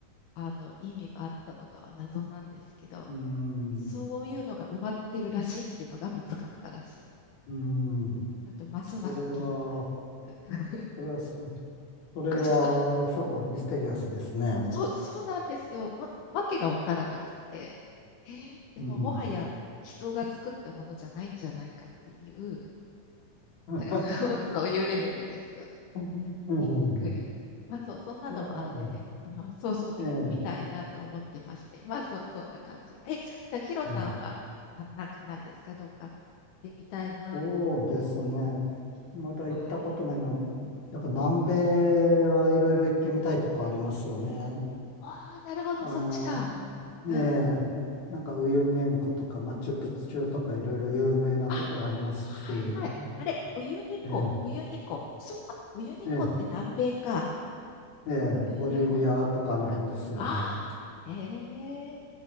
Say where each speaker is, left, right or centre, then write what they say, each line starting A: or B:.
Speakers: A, on the left; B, on the left.
A: あの意味があったのかは謎なんですけど、
B: うーん、
A: そういうのが埋まってるらしいっていうのが見つかったらしいんです。
B: うーん。
A: ちょっとますます気になる。
B: それは、
A: <laughs>
B: それは、そそれは、
A: ちょっと
B: すごくミステリアスですね。
A: そう、そうなんですよ。わ、わけがわからなくて。えーでももはや人が作ったものじゃないんじゃないかっていう
B: うん。<laughs>
A: <laughs>、そうそういうレベルですよね。
B: うん。
A: びっくり。まあそう、そんなのもあってね。
B: いやー、
A: あ、そうそう、
B: ええ、
A: み見たいなと思ってまして。まあそう、そんな感じ。え、じゃあヒロさんは、
B: うん。
A: あ、なんかないですかどっか行ってみたいなと思う
B: そうですね。
A: 国。
B: まだ行ったことないのは、
A: はい。
B: やっぱ南米はいろいろ行ってみたいとこありますよね。
A: うん。ああ、なるほど、
B: あの、
A: そっちか。うん。
B: ええ、なんかウユニ塩湖とかマチュピチュとかいろいろ有名なとこありますし、
A: あ、はいはい。
B: ね
A: あれ、ウユニ湖、
B: え
A: ウユニ湖。そっか、ウユニ湖って南米か。
B: え、ええ。ええ、
A: ウユニ湖。
B: ボリビアとかあの辺ですよね。
A: ああ、ええ